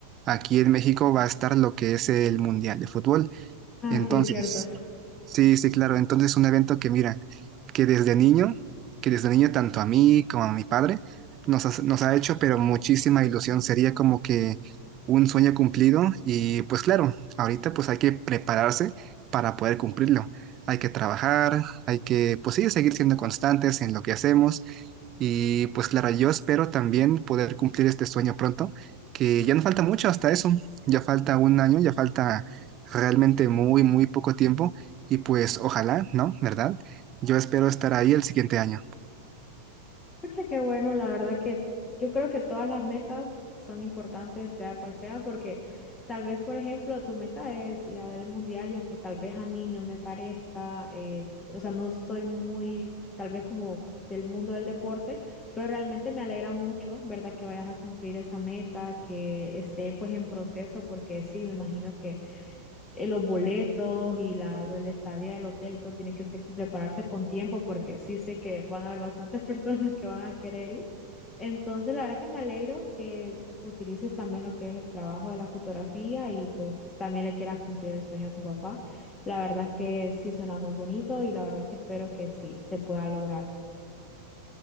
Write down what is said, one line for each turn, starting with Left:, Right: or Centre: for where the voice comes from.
Right: aquí en México va a estar lo que es el Mundial de Fútbol.
Left: Ah,
Right: Entonces,
Left: sí, es cierto.
Right: Sí, sí, claro. Entonces, un evento que mira, que desde niño, que desde niño tanto a mí como a mi padre nos ha, nos ha hecho, pero muchísima ilusión. Sería como que un sueño cumplido y pues claro, ahorita pues hay que prepararse para poder cumplirlo. Hay que trabajar, hay que pues sí, seguir siendo constantes en lo que hacemos y pues claro, yo espero también poder cumplir este sueño pronto, que ya no falta mucho hasta eso. Ya falta un año, ya falta realmente muy, muy poco tiempo. Y pues ojalá, ¿no? ¿Verdad? Yo espero estar ahí el siguiente año.
Left: Pucha, qué bueno, la verdad que yo creo que todas las metas son importantes, sea cual sea, porque tal vez, por ejemplo, tu meta es ir a ver el mundial y aunque tal vez a mí no me parezca, eh, o sea, no estoy muy, tal vez como del mundo del deporte, pero realmente me alegra mucho, ¿verdad? Que vayas a cumplir esa meta, que esté pues en proceso, porque sí, me imagino eh, los boletos y la, lo- la estadía del hotel, todo tiene que ser, prepararse con tiempo porque sí sé que van a haber bastantes <laughs> personas que van a querer ir. Entonces, la verdad que me alegro que utilices también lo que es el trabajo de la fotografía y pues también le quieras cumplir el sueño a tu papá. La verdad que sí suena muy bonito y la verdad que espero que sí se pueda lograr.